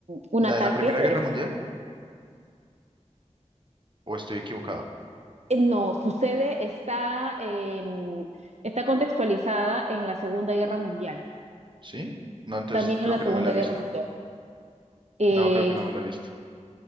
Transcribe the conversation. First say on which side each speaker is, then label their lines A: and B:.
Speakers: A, on the right (about 65°); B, on the right (about 40°).
A: un
B: ¿La
A: ataque,
B: de la Primera
A: pero
B: Guerra Mundial? ¿O estoy equivocado?
A: eh, no, sucede, está, eh, está contextualizada en la Segunda Guerra Mundial,
B: ¿Sí? No, entonces
A: también
B: creo
A: en la
B: que
A: Segunda
B: no me la he visto.
A: Guerra Mundial. Eh,
B: No, creo que no me la he visto.